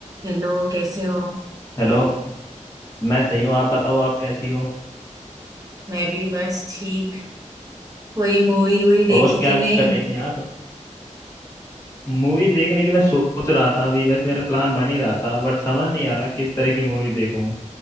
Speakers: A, on the right (about 25°); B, on the left (about 20°).
A: हेलो कैसे हो
B: Hello मैं सही हूँ आप बताओ आप कैसी हो
A: मैं भी बस ठीक कोई मूवी वूवी देखी
B: और क्या
A: कि
B: कर
A: नहीं
B: रही थी आप मूवी देखने की मैं सोच रहा था अभी बस मेरा प्लान बन ही रहा था बट समझ नहीं आ रहा किस तरह की मूवी देखूं